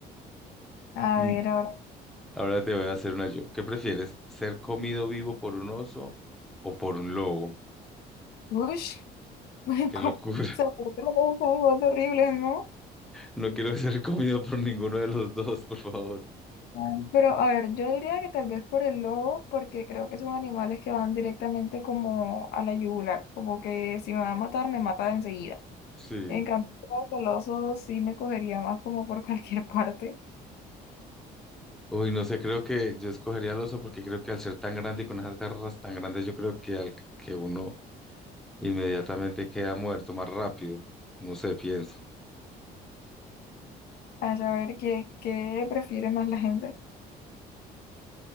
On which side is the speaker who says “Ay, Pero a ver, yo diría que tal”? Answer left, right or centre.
Left